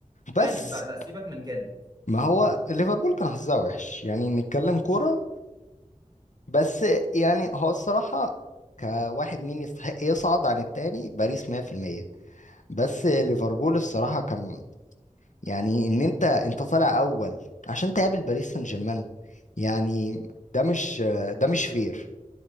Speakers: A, on the left; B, on the right.
A: بس
B: كانت بقى لا سيبك من كانت
A: ما هو ليفربول كان حظها وحش يعني نتكلم كوره بس يعني هو الصراحه كواحد مين يستحق يصعد عن التاني باريس 100% بس ليفربول الصراحه كان يعني ان انت انت طالع اول عشان تقابل باريس سان جيرمان يعني ده مش ده مش فير